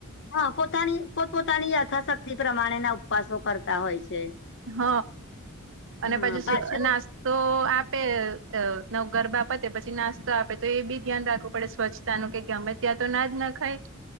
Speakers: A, on the left; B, on the right.
A: હા પોતાની પોતપોતાની યથાશક્તિ પ્રમાણેના ઉપવાસો કરતા હોય છે.
B: હ અને
A: હા
B: પછી
A: પાછું
B: ના તો આપે ત નવ ગરબા પતે પછી નાસ્તો આપે તો એ બી ધ્યાન રાખવું પડે સ્વચ્છ તાનું કે ગમે ત્યાં તો ના જ નખાય